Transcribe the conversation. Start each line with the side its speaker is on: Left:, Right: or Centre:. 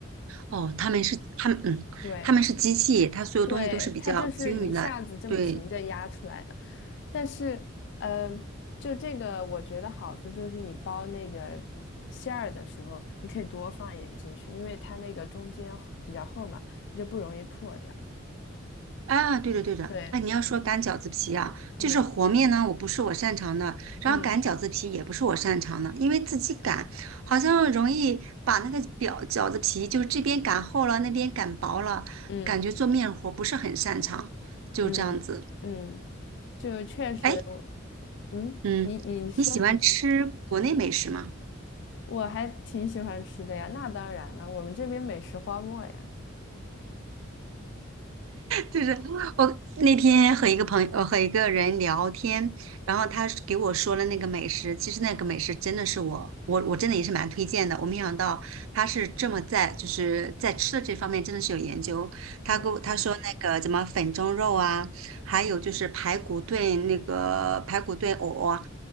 Right: 哦，他们是他们嗯，
Left: 对，
Right: 他们是机器，它所有东西都是比较均匀的，
Left: 对，它就是一下子这么平着压出来的，
Right: 对，
Left: 但是，嗯、就这个我觉得好处就是你包那个馅儿的时候，你可以多放一点进去，因为它那个中间比较厚嘛，就不容易破掉。
Right: 啊，对的对的，
Left: 对，
Right: 哎，你要说擀饺子皮啊，
Left: 嗯
Right: 就是和面呢，我不是我擅长的，然后擀饺子皮也不是我擅长的，
Left: 嗯
Right: 因为自己擀好像容易把那个表饺子皮就是这边擀厚了，那边擀薄了，
Left: 嗯
Right: 感觉做面活不是很擅长，就这样子。
Left: 嗯嗯，就确实我，
Right: 哎，
Left: 嗯，
Right: 嗯，
Left: 你你说你说，
Right: 你喜欢吃国内美食吗？
Left: 我还挺喜欢吃的呀，那当然了，我们这边美食荒漠呀，
Right: 就是我那天和一个朋友呃和一个人聊天，然后他是给我说了那个美食，其实那个美食真的是我我我真的也是蛮推荐的。我没想到他是这么在就是在吃的这方面真的是有研究。
Left: 嗯。
Right: 他给我他说那个什么粉蒸肉啊，还有就是排骨炖那个排骨炖藕啊。